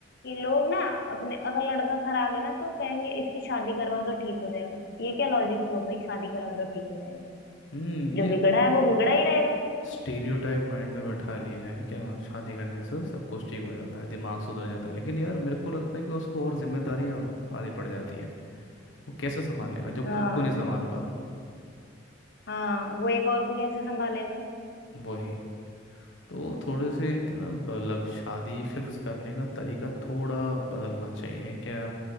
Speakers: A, on the left; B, on the left.
A: कि लोग ना अपने अगर लड़का खराब है ना तो कहेंगे इसकी शादी करवा दो ठीक हो जाएगा ये क्या लॉजिक हुआ भाई शादी करवा दो ठीक हो जाएगा
B: हम्म ये
A: जो बिगड़ा है वो बिगड़ा ही रहेगा
B: स्टीरियोटाइप माइंड में बैठा लिया है क्या शादी करने से सब कुछ ठीक हो जाता है दिमाग सुधर जाता है लेकिन यार मेरे को लगता है कि उसको और जिम्मेदारियां भारी पड़ जाती हैं वो कैसे संभालेगा जो
A: हाँ
B: खुद को नहीं संभाल पा रहा
A: हाँ वो एक और को कैसे संभालेगा
B: वही तो थोड़े से इनके ना मतलब शादी फिक्स करने का तरीका थोड़ा बदलना चाहिए क्या